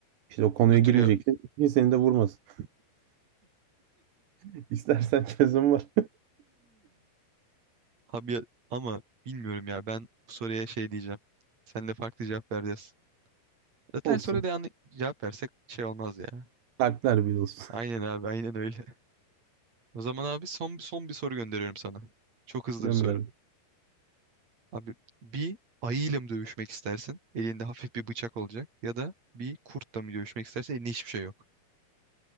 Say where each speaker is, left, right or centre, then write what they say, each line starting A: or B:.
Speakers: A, on the right; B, on the right.
A: İşte o konuya
B: Nötr
A: girmeyeceksin.
B: ya
A: ki seni de vurmasın. <laughs> İstersen çözüm var.
B: abi ya- ama bilmiyorum ya ben bu soruya şey diyeceğim. Sen de farklı cevap vereceğiz. Zaten
A: <laughs> Olsun.
B: soruya da yanlış cevap versek şey olmaz ya.
A: Kalpler bir olsun.
B: Aynen abi aynen öyle. <laughs> O zaman abi son, son bir soru gönderiyorum sana. Çok hızlı
A: <laughs> Gönder.
B: bir soru. Abi bir ayıyla mı dövüşmek istersin? Elinde hafif bir bıçak olacak. Ya da bir kurtla mı dövüşmek istersin? Elinde hiçbir şey yok.